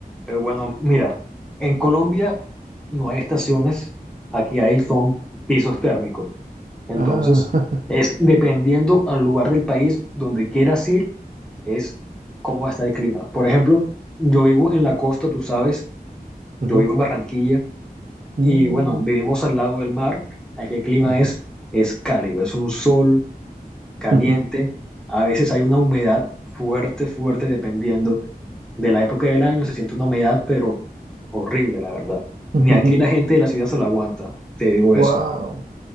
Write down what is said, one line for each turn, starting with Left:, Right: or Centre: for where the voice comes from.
Centre: Eh, bueno, mira, en Colombia no hay estaciones, aquí hay son pisos térmicos. Entonces,
Right: Ah,
Centre: es dependiendo al lugar del país donde quieras ir, es cómo está el clima. Por ejemplo, yo vivo en la costa, tú sabes,
Right: <laughs>
Centre: yo
Right: ujú,
Centre: vivo en Barranquilla
Right: mm,
Centre: y bueno, vivimos al lado del mar. Aquí el clima
Right: ujú,
Centre: es, es cálido, es un sol caliente.
Right: ujú,
Centre: A veces hay una humedad fuerte, fuerte, dependiendo de la época del año, se siente una humedad, pero horrible, la verdad.
Right: <laughs>
Centre: Ni aquí la gente de la ciudad se lo aguanta, te digo
Right: Wow,
Centre: eso.